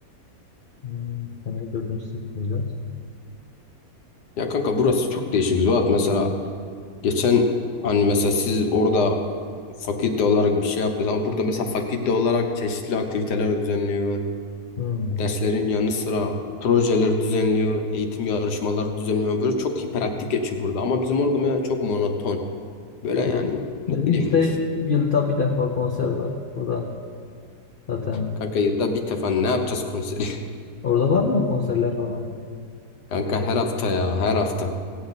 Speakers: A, on the left; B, on the left.
A: Hmm, seneye dördüncü sınıf olacağız.
B: Ya kanka burası çok değişik Zuhat. Mesela geçen hani mesela siz orada fakülte olarak bir şey yaptınız ama burada mesela fakülte olarak çeşitli aktiviteler düzenliyor.
A: Hmm.
B: Derslerin yanı sıra projeler düzenliyor, eğitim yarışmaları düzenliyor. Böyle çok hiperaktif geçiyor burada ama bizim orada mesela çok monoton. Böyle yani
A: Biz-
B: ne
A: Bizim
B: bileyim
A: işte yılda bir defa konser var. O da zaten
B: kanka yılda bir defa ne yapacağız konseri?
A: Orada var mı konserler falan?
B: <laughs> Kanka her hafta ya her hafta.